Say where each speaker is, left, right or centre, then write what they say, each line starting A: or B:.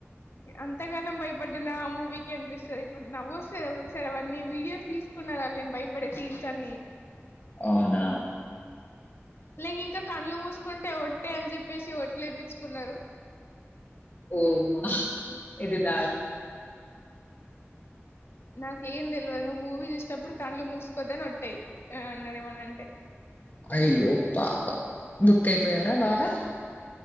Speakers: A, on the left; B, on the left.
A: అంతగానం భయపడ్ నా మూవీ క అనిపిస్తుంది ఇప్పుడు నవ్వు వస్తుంది ఒకొసారి అవన్నీ వీడియోస్ తీసుకున్నార నేను భయపడే సీన్స్ అన్ని
B: అవునా
A: లేక ఇంకా కళ్డ్ళు మూసుకుంటే ఒట్టే అని చెప్పేసి ఒట్లే వయిచ్చుకున్నారు
B: ఓమా ఇదిదా
A: నాకు ఏం తెలియదు నువ్వు మూవీ చూసేటప్పుడు కళ్లు మూసుకోద్దని వోట్టాయి అన్నారు ఏమన్నా అంటే
B: అయ్యో పాపం బుక్ అయిపోయారా బాగా